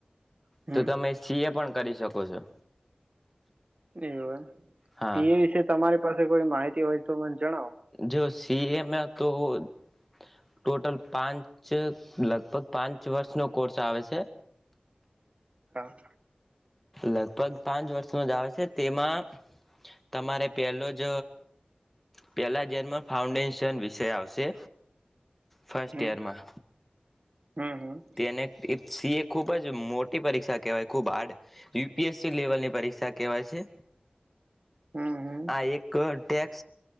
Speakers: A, on the right; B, in the centre.
A: હમ
B: તો તમે સી એ પણ. કરી શકો છો.
A: એ
B: હા
A: તે એ વિશે તમારી પાસે કોઈ માહિતી. હોય તો. જણાવો
B: જોશી. સીએમાં તો ટોટલ પાંચ. લગભગ પાંચ વર્ષનો. કોર્સ આવે છે.
A: હા.
B: લગભગ પાંચ વર્ષનો જ આવે છે તેમાં તમારે પહેલો જ પહેલા જન્મ ફાઉન્ડેશન વિષય આવશે. ફર્સ્ટ
A: હમ
B: યરમાં
A: હમ હમ.
B: તેને સી એ ખૂબ જ મોટી પરીક્ષા કેહેવાય ખૂબ હાર્ડ યુપીએસસી લેવલ ની પરીક્ષા કેહેવાય છે.
A: હમ હમ
B: હા એક ટેક્.